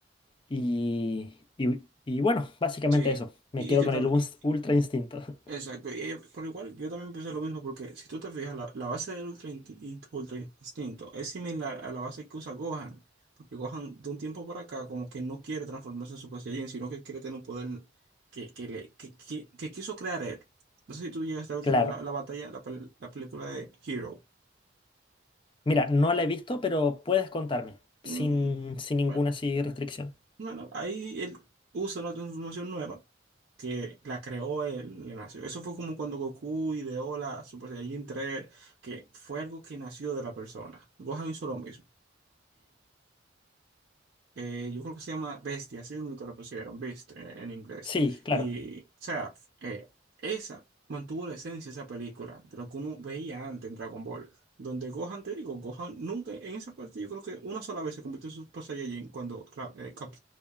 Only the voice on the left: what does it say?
Y, y- y bueno, básicamente
eso. Me
quedo
con
el uns- Ultra Instinto. <laughs>
Claro.
Mira, no la he visto, pero puedes contarme,
sin, sin ninguna
así restricción.
Sí, claro,